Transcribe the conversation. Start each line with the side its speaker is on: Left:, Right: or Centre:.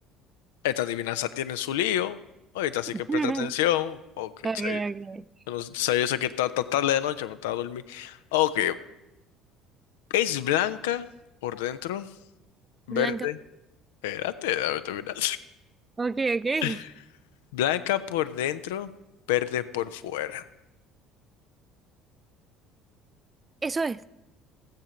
Left: Esta adivinanza tiene su lío. Ahorita así
Right: <laughs>
Left: que presta atención. Ok,
Right: Okay,
Left: o sea,
Right: okay.
Left: yo no sé sí, yo sé que está está tarde de noche, pero está a dormir. Ok, es blanca por dentro, verde.
Right: Blanca.
Left: Espérate, dame terminar.
Right: Okay, okay.
Left: <laughs> Blanca por dentro, verde por fuera.
Right: Eso es.